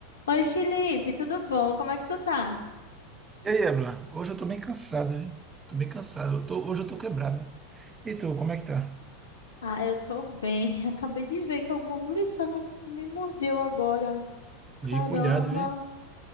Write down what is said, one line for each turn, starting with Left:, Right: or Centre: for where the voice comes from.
Left: Oi, Felipe, tudo bom? Como é que tu tá?
Right: E aí, Evelyn? Hoje eu tô bem cansado, viu? Tô bem cansado. Eu tô- hoje eu tô quebrado. E tu, como é que tá?
Left: Ah, eu tô bem. <laughs> Acabei de ver que alguma muriçoca me mordeu agora. Caramba!
Right: E cuidado, viu?